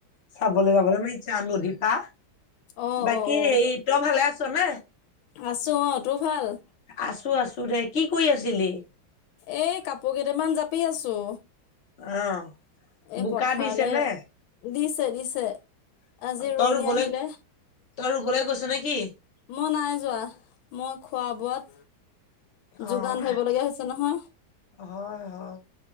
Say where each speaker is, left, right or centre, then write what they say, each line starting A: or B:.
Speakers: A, on the left; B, on the left.
A: চাবলে যাবলে ইমান ইচ্ছা নদী পা
B: অ
A: বাকী
B: অ অ
A: সেই তই ভালে আছ নে
B: আছো অ তোৰ ভাল
A: আছো আছো দে কি কৰি আছিলি
B: এই কাপোৰ কেইটামান জাপি আছো
A: অ
B: এই
A: বোকা
B: পথাৰলে
A: দিছে নে
B: দিছে দিছে আজি
A: অ
B: ৰোৱনী
A: তই ৰুবলে
B: আহিলে
A: তই ৰুবলে গৈছ নে কি
B: মই নাই যোৱা মই খোৱা বোৱাত
A: আহ
B: যোগান ধৰিব লগীয়া হৈছে নহয়
A: অ হয় হয়